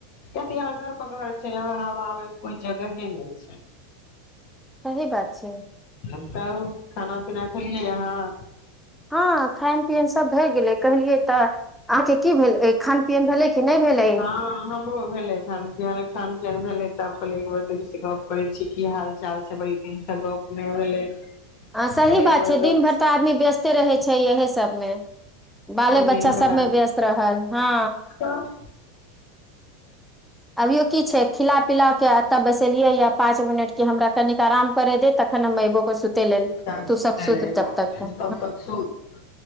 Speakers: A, on the left; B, in the centre.
A: किया तऽ यहाँ घर प घर छै, यहाँ हवा आबैके कोई जगहे नै छै।
B: सही बात छै।
A: तऽब खाना। खाना खेलियई अहाँ।
B: हँ, खायन-पियन सब भए गेलै कहलियै। तऽ अहाँके की भेल अइ, खान-पियन भेलइ कि नै भेलई।
A: हँऽ। हमरो भेलै खान-पियन, खान-पियन भेलै तब कहलियै एक बेर त गप करै छीयै की हाल- चाल छै, बड़ी दिनसँ गप नहि भेलै।
B: हँ
A: कहलियै
B: सही बात
A: एक बेर
B: छै,
A: गप
B: दिन भरि तऽ आदमी व्यस्ते रहै छै यएही सभमे बाले-
A: बहुत दिन
B: बच्चा
A: भऽ
B: सभमे व्यस्त रहल हँ।
A: गेल
B: अभियो की छै। खिला- पिला कऽ एतय बैसेलियै या पाँच मिनटके हमरा कनिक आराम करय दे, तखन हम अबोकेऽ सुते लेल
A: तब
B: तू
A: सुतल
B: सब सुत
A: रहियै,
B: तब तक हँ,
A: तब तक सुत